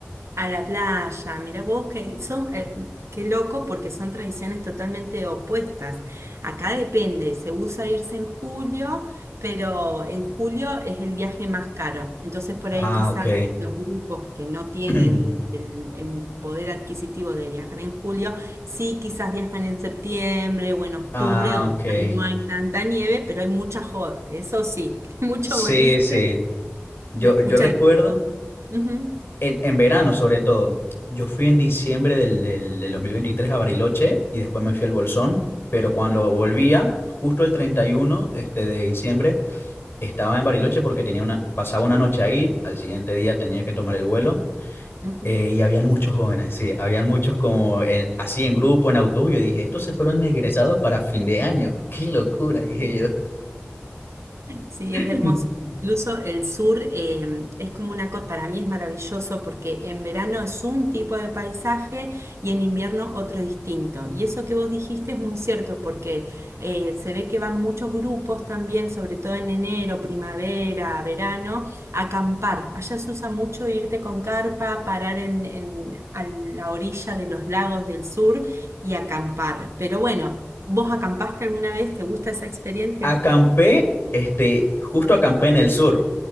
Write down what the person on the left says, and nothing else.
Ah,
ok.
<clears throat>
Ah,
ok.
Sí,
sí. Yo, yo
recuerdo.
en, en verano sobre todo. Yo fui en diciembre del, del, del 2023 a Bariloche y después me fui al Bolsón, pero cuando
volvía, justo el 31 este, de diciembre, estaba en Bariloche porque tenía una, pasaba una noche ahí, al siguiente día tenía que tomar el vuelo.
eh, y habían muchos jóvenes, sí, habían muchos como en- así en grupo, en autobús. Yo dije, estos se fueron egresados para fin de año, qué locura, dije
yo.
<laughs>
Acampé, este, justo acampé en el sur,